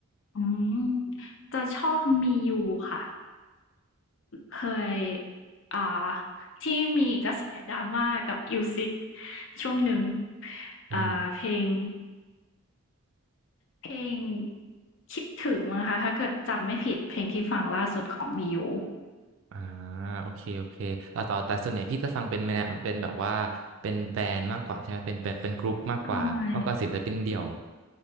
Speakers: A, on the left; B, on the right.
A: อืมจะชอบมียูค่ะเคยอ่าที่มีกระแสดราม่ากับอิวซิกช่วงหนึ่ง
B: อ๋อ
A: อ่าเพลงเพลงคิดถึงมั้งคะถ้าเกิดจำไม่ผิดเพลงที่ฟังล่าสุดของมียู
B: อ่าโอเคโอเคแต่ต่อแต่ส่วนใหญ่พี่จะฟังเป็นแนวเป็นแบบว่าเป็นแบรนด์มากกว่าใช่ไหมเป็นเป็นเป็นกรุ๊ปมากกว่ามากกว่าศิลปินเดี่ยว
A: ใช่